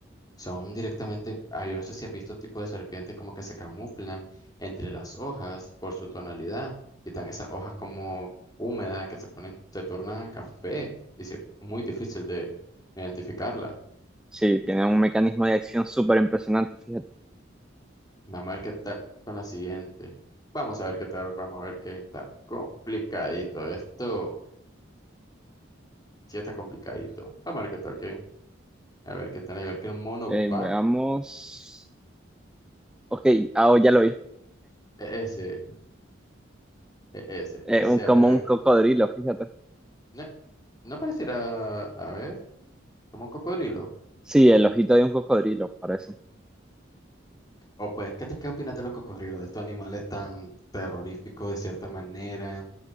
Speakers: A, on the left (about 20°); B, in the centre.
A: son directamente, ah, yo no sé si has visto tipos de serpientes como que se camuflan entre las hojas por su tonalidad y están esas hojas como húmedas que se ponen, se tornan café y es muy difícil de identificarla.
B: Sí, tiene un mecanismo de acción súper impresionante, fíjate.
A: Vamos a ver qué tal con la siguiente. Vamos a ver qué tal, vamos a ver qué está complicadito esto. Sí está complicadito. Vamos a ver qué tal, Kevin. A ver qué tal, a ver qué mono
B: Eh,
A: va.
B: veamos. Ok, ah, oh, ya lo vi.
A: E, Ese. e, Ese,
B: Eh,
A: ese,
B: un, como
A: a ver, a
B: un
A: ver.
B: cocodrilo, fíjate.
A: No, no pareciera, a ver, como un cocodrilo.
B: Sí, el ojito de un cocodrilo, parece.
A: O pues, ¿qué te qué opinas de los cocodrilos? De estos animales tan terroríficos de cierta manera,